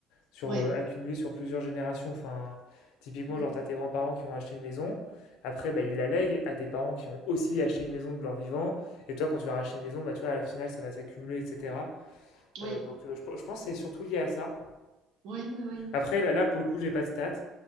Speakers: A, on the left (about 80°); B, on the right (about 75°).
A: sur,
B: Ouais.
A: euh, accumulé sur plusieurs générations. Enfin, typiquement,
B: Mm.
A: genre, t'as tes grands-parents qui ont acheté une maison, après, bah, ils la lèguent à tes parents qui ont aussi acheté une maison de leur vivant, et toi, quand tu vas racheter une maison, bah, tu vois, à la finale, ça va s'accumuler, etc.
B: Oui.
A: Euh, donc, euh, je, pe- je pense que c'est surtout lié à ça.
B: Oui, oui, oui.
A: Après, là, là, pour le coup, j'ai pas de stats.